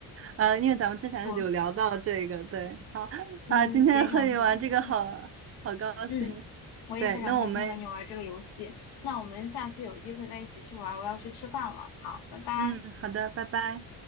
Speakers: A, on the right; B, on the left.
A: 呃，因为咱们之前有聊到这个，
B: 错。
A: 对，好啊，
B: 嗯，
A: 今天和你玩这个好
B: 非常简单。
A: 好高兴，
B: 嗯，我也非常开心和你玩这个游戏。
A: 对，那我们，
B: 那我们下次有机会再一起去玩，我要去吃饭了。好，拜拜。
A: 嗯，好的，拜拜。